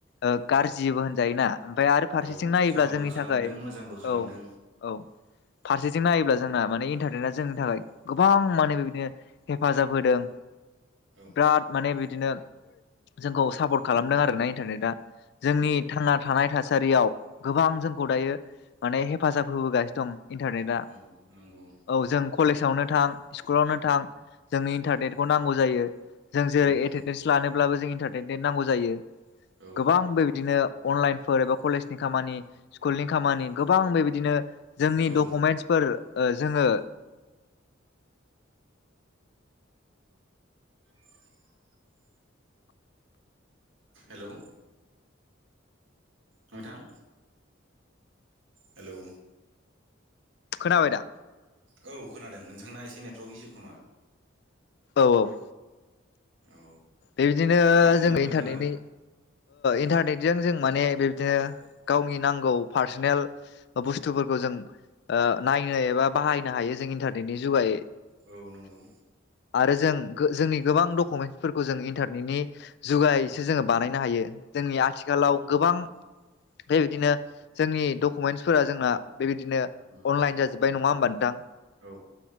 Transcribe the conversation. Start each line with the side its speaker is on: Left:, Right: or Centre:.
Left: ओ गारजिबो होनजायोना ओमफाय आरो फारसेथिं
Right: औ
Left: नायोब्ला
Right: खहाबो
Left: जोंनि
Right: खालामदों
Left: थाखाय
Right: मोजांबो खालामदों
Left: औ औ। फारसेथिं नायोब्ला जोंना माने इन्टारनेटआ जोंनि थाखाय गोबां माने बेबायदिनो हेफाजाब होदों।
Right: औ
Left: बिराद माने बिदिनो जोंखौ सापर्ट खालामदों आरो ना इन्टारनेटआ। जोंनि
Right: औ
Left: थांना थानाय थास सारियाव गोबां जोंखौ दायो माने हेफाजाब होबोगासिनो दं। इन्टारनेटआ
Right: औ नंगौ
Left: औ जों कलेजावनो थां स्कुलावनो थां जोंनो इन्टारनेटखौ नांगौ जायो जों जेरै
Right: नंगौ
Left: एटेनडेन्स लानोब्लाबो जोंनि एटेन्डेन्ट नांगौ जायो।
Right: औ
Left: गोबां बेबायदिनो अनलाइनफोर एबा कलेजनि खामानि स्कुलनि खामानि गोबां बेबायदिनो जोंनि
Right: औ
Left: डकुमेन्टसफोर जोङो
Right: <inaudible> हेलौ नोंथां हेलौ
Left: खोनाबायदा?
Right: औ खोनादों नोंथांना एसे नेटवारर्क इसु खोमा?
Left: औ औ।
Right: औ
Left: बेबायदिनो
Right: मा बुंदोंमोन
Left: जोङो
Right: नोंथाङा
Left: इन्टारनेटनि इन्टारनेटजों जों माने बिबदिनो गावनि नांगौ पार्सनेल बुस्थुफोरखौ जों नायनो एबा बाहायनो हायो जों इन्टारनेटनि जुगायै
Right: औ नंगौ।
Left: आरो जों जोंनि गोबां डकुमेन्टसफोरखौ जों इन्टरनेट नि जुगायैसो
Right: उम
Left: जोङो बानायनो हायो जोंनि आथिखालाव
Right: औ
Left: गोबां बिदिनो जोंनि डकुमेन्टसफोरा जोंना बेबायदिनो
Right: उम
Left: अनलाइन जाजोब्बाय नङा होमबा नोंथां।
Right: औ।